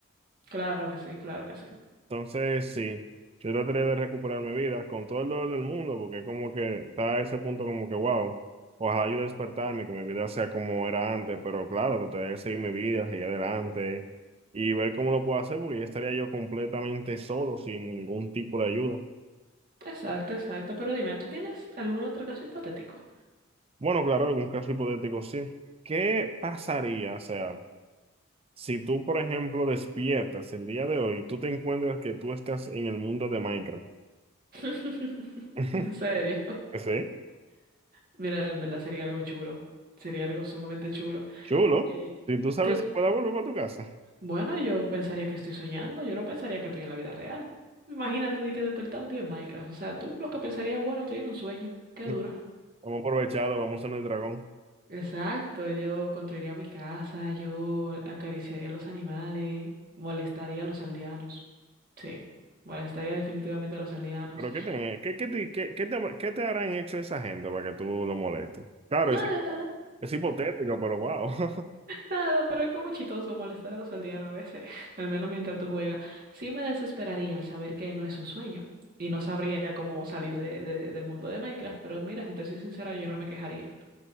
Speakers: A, on the right; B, on the right.
A: Claro que sí, claro que sí.
B: Entonces, sí, yo trataría de recuperar mi vida con todo el dolor del mundo, porque como que está a ese punto como que, wow, ojalá yo despertarme, que mi vida sea como era antes, pero claro, trataré de seguir mi vida, seguir adelante y ver cómo lo puedo hacer, porque ya estaría yo completamente solo, sin ningún tipo de ayuda.
A: Exacto, exacto. Pero dime, ¿tú tienes algún otro caso hipotético?
B: Bueno, claro, algún caso hipotético, sí. ¿Qué pasaría, o sea, si tú, por ejemplo, despiertas el día de hoy, tú te encuentras que tú estás en el mundo de Minecraft?
A: <laughs>
B: <laughs>
A: En serio.
B: ¿Sí?
A: Mira, en verdad sería algo chulo. Sería algo sumamente chulo.
B: Chulo.
A: Eh,
B: Si tú sabes
A: cl-
B: que pueda volver para tu casa,
A: bueno, yo pensaría que estoy soñando. Yo no pensaría que estoy en la vida real. Imagínate de que despertar un día en Minecraft. O sea, tú lo que pensarías, bueno, estoy en un sueño.
B: <laughs>
A: Qué duro.
B: vamos a aprovecharlo, vamos a en el dragón.
A: Exacto, yo construiría mi casa, yo acariciaría a los animales, molestaría a los aldeanos. Sí, molestaría definitivamente a los aldeanos.
B: Pero ¿qué te, qué, qué te, qué, qué te, qué te harán hecho esa gente para que tú lo molestes? Claro,
A: Nada,
B: es, es hipotético, pero wow. <laughs>
A: nada, pero es como chistoso molestar a los aldeanos a veces, <laughs> al menos mientras tú juegas. Sí me desesperaría al saber que no es un sueño y no sabría cómo salir de- de- del mundo de Minecraft, pero mira, si te soy sincera, yo no me quejaría.